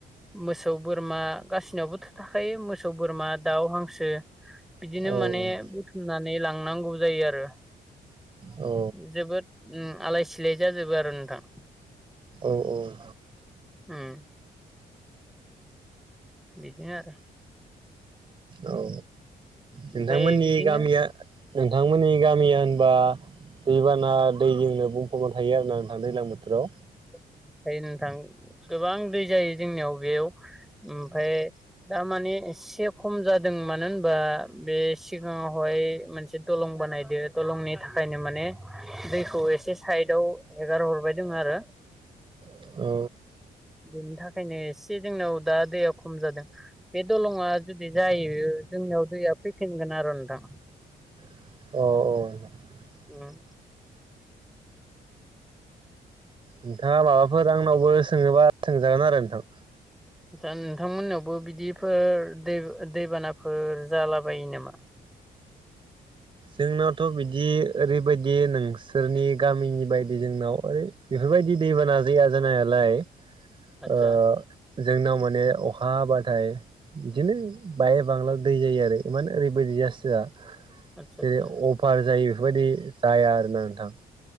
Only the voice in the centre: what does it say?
मोसौ बोरमा गासिनावबो थाखायो मोसौ बोरमा दाउ हांसो बिदिनो
माने बुथुमनानै लां थांनांगौ जायो आरो
जोबोद उम आलायसि सिलाय जाजोबो आरो नोंथां
उम बिदिनो आरो
ओमफ्राय
बिदिनो
ओमफ्राय नोंथां गोबां दै जायो जोंनियाव बेयाव ओमफ्राय दामाने एसे खम जादों मानो होनबा बे सिगाङावहाय मोनसे दलं बानायदो दलंनि थाखायनो माने दैखौ एसे साइदआव हेगार हरबाय दङ आरो
बिनि था खायनो एसे जोंनाव दा दैया खम जादों बे दलङा जुदि जायो जोंनियाव दैया फैफिनगोन आरो नोंथां।
ओम।
दा नोंथांमोन नावबो बिदिफोर दै दैबानाफोर जालाबायो नामा?
आतसा
आतसा
आतसा